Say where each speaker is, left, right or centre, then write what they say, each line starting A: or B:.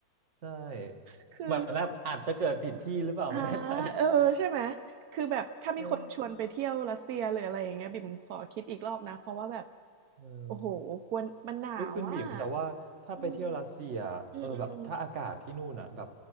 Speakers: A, on the right; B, on the right.
A: ใช่
B: <laughs> คือ
A: เหมือนแบบอาจจะเกิดผิดที่หรือเปล่าไม่แน่ใจ
B: อาเออ ใช่ไหม คือแบบ ถ้ามีคนชวนไปเที่ยวรัสเซียหรืออะไรอย่างเงี้ยบิ่มขอคิดอีกรอบนะ
A: เออ
B: เพราะว่าแบบ
A: เออ
B: โอ้โหกลัวนมันหนาวอ่ะ
A: ก็คืนบิ่มแต่ว่าถ้าไปเที่ยวรัสเซียเออแบบถ้าอากาศที่นู่นอ่ะแบบ
B: อืมอืม